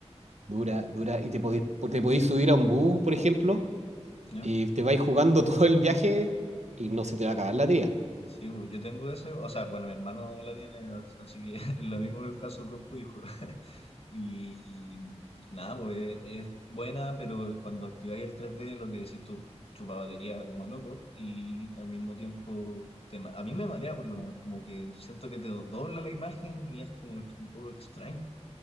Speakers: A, on the right; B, on the left.
A: Dura, dura. Y te podís, te podís subir a un bus, por ejemplo,
B: ¿ya?
A: y te vais jugando <laughs> todo el viaje y no se te va a acabar la tía.
B: Sí, pues, yo tengo ese, o sea, bueno, mi hermano la tiene, así que <laughs> es lo mismo que el caso con tu hijo. Y nada, pues e, es buena, pero cuando activáis el 3D, lo que decís tú, chupa batería como loco. Y al mismo tiempo, te ma- a mí me marea por lo menos, como que siento que te do- dobla la imagen y es como ex- un poco extraño.